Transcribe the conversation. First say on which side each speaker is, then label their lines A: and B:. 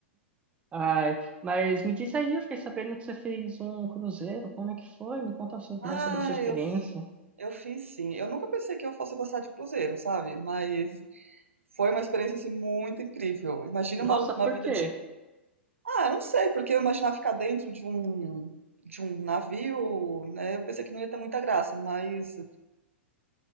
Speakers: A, on the right; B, on the right.
A: Ai, mas me diz aí, eu fiquei sabendo que você fez um cruzeiro. Como é que foi? Me conta so-
B: Ah,
A: mais sobre a sua experiência.
B: Eu fiz sim. Eu nunca pensei que eu fosse gostar de cruzeiro, sabe? Mas foi uma experiência assim muito incrível. Imagina
A: Nossa,
B: uma, uma
A: por
B: vida
A: quê?
B: de. Ah, eu não sei, porque eu imaginava ficar dentro de um de um navio, né? Eu pensei que não ia ter muita graça, mas